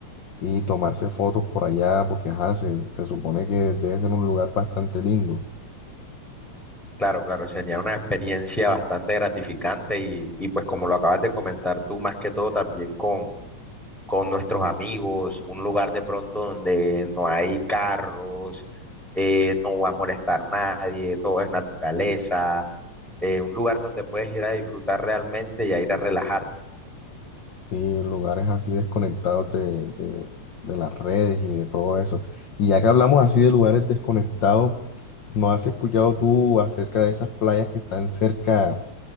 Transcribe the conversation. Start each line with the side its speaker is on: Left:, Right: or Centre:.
Left: y tomarse fotos por allá, porque ajá, se, se supone que debe ser un lugar bastante lindo.
Centre: Claro, claro, sería una experiencia bastante gratificante y, y pues como lo acabas de comentar tú, más que todo también con, con nuestros amigos, un lugar de pronto donde no hay carros, eh, no va a molestar nadie, todo es naturaleza eh, un lugar donde puedes ir a disfrutar realmente y a ir a relajarte.
Left: Sí, lugares así desconectados de, de, de las redes y de todo eso. Y ya que hablamos así de lugares desconectados, ¿no has escuchado tú acerca de esas playas que están cerca